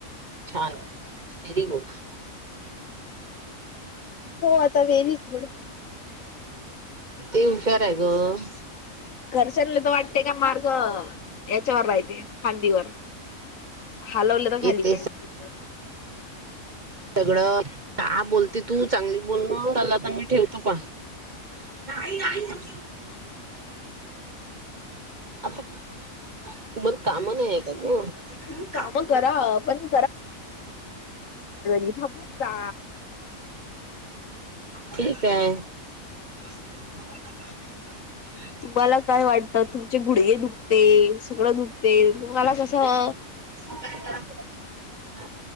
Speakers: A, on the right; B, on the left.
A: छान, व्हेरी गुड.
B: हो, आता व्हेरीच गुड.
A: ती हूशार आहे गं.
B: घरच्यांला तर वाटते का मार्क, याच्यावर राहिले फांदीवर. हलवलं तर
A: येते.
B: खाली पडतील.
A: सगळं, का बोलते तू, चांगली बोल ना. चल आता मी ठेवतो पहा. नाही नाही,,, आता तुम्हाला कामं नाही आहे का गं?
B: तुम्ही काम
A: कामं करा
B: पण इथं पत्ता
A: ठीक आहे. <unintelligible>
B: तुम्हाला काय वाटतं, तुमचे गुडघे दुखते, सगळं दुखते. तुम्हाला कसं
A: <unintelligible>